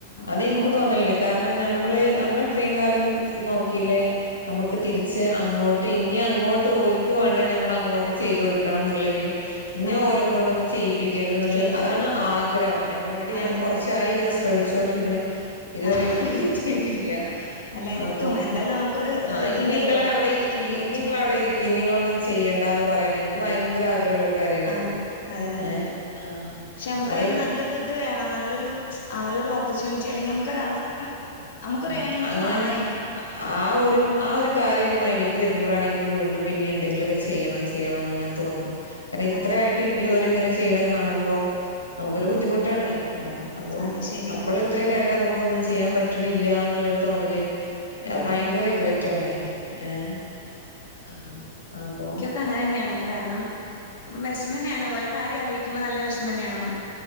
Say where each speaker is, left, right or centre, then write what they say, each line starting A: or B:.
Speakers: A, on the left; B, on the left.
A: അത്
B: അപ്പൊ
A: എനിക്കും തോന്നലുണ്ട്. കാരണം നമ്മള്, നമ്മളെത്രയും കാലം നോക്കില്ലേ നമുക്ക് തിരിച്ച് അങ്ങോട്ട്, ഇനി അങ്ങോട്ട് ഓലിക്ക് വേണ്ടത് നമ്മൾ അങ്ങോട്ട് ചെയ്തു കൊടുക്കണം എന്നുള്ളൊരു ഇനി
B: ആഹ്
A: ഓലകൊണ്ടൊന്നും ചെയ്യിപ്പിക്കരുത് എന്നുള്ള,
B: ചെയ്യിപ്പിക്കരുത്
A: അതാണ് ആഗ്രഹം. അതിന് വേണ്ടിയിട്ട്
B: അതെ
A: ഞാൻ കുറച്ചായി
B: അതെ
A: ഇങ്ങനെ ശ്ര ശ്രമിച്ചോണ്ടിരിക്കണേ. ഇതുവരെ
B: അതെ
A: എവിടെ എത്തിയിട്ടില്ല.
B: അല്ല എത്തും
A: അപ്പൊ
B: എന്തായാലും നമുക്കൊരു
A: ആഹ്,
B: ഇതുണ്ടല്ലോ
A: ഇനി നിങ്ങള് അവിടെ ഇരിക്ക്,
B: സ്ട്രോങ് ആയിട്ട്
A: ഇനിങ്ങള് അവിടെ ഇരിക്ക് ഇനി നിങ്ങള് ഒന്നും ചെയ്യേണ്ട എന്ന് പറയാൻ എനിക്ക് ഭയങ്കര ആഗ്ര ആഗ്രഹമുള്ളൊരു കാര്യണത്.
B: ആഹ് അതെ അതെ
A: ഏ. ആഹ്.
B: പക്ഷെ നമുക്ക്
A: അതെ
B: അതിന് നല്ലൊരു ഇത് വേണം, നല്ലൊരു ആ ഓപ്പർചൂണിറ്റി അല്ലെങ്കിൽ നമുക്കൊരവസ്ഥ നമുക്കൊരു
A: ഉം
B: ഏണിങ്സ്
A: അങ്ങനെ
B: വേണം അതിന്
A: ആ ഒരു, ആ ഒരു കാര്യം എന്റെ മൈൻഡിലേക്ക് വരുമ്പോഴാണ് എനിക്ക് വീണ്ടും പിന്നെ എന്തെങ്കിലുമൊക്കെ ചെയ്യണം, ചെയ്യണന്ന് അങ്ങനെ തോന്നുക. കാരണം ഇത്ര
B: അതെ
A: ആയിട്ട് ഇനിയും ഓരു ഇങ്ങനെ ചെയ്യണ കാണുമ്പോം നമുക്കൊരു
B: അതെ
A: ബുദ്ധിമുട്ടാണ്.
B: അതെ
A: അപ്പൊ
B: അതെ ശരിയാ
A: നമ്മൾ ഇത്രയൊക്കെയായിട്ടും നമുക്ക് ഒന്നും ചെയ്യാൻ പറ്റില്ല റ്റണില്ല എന്നുള്ളൊരു തോന്നല്,
B: ഉം
A: ഭയങ്കര
B: ഉം
A: റിഗ്രറ്റ് ആണ് ഏഹ.. ആഹ് അപ്പോ.
B: എനിക്ക് അങ്ങനെ തന്നെയാണ്. കാരണം വിഷമന്നെയാണ്. ഓലെ കാര്യം ആലോചിക്കുമ്പോ നല്ല വിഷമന്നെയാണ്.